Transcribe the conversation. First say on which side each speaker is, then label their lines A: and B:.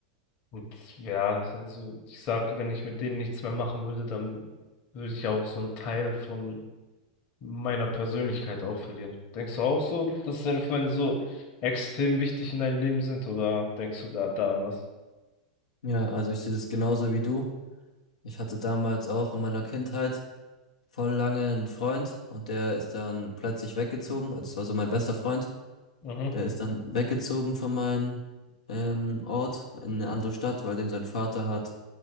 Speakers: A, on the left; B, on the left.
A: Und ja, also ich sag, wenn ich mit denen nichts mehr machen würde, dann würde ich ja auch so einen Teil von meiner Persönlichkeit auch verlieren. Denkst du auch so, dass deine Freunde so extrem wichtig in deinem Leben sind oder denkst du gerade da anders?
B: Ja, also ich sehe das genauso wie du. Ich hatte damals auch in meiner Kindheit voll lange einen Freund und der ist dann plötzlich weggezogen. Also es war so mein bester Freund.
A: Mhm,
B: Der ist dann weggezogen von meinem ähm, Ort in eine andere Stadt, weil dem sein Vater hat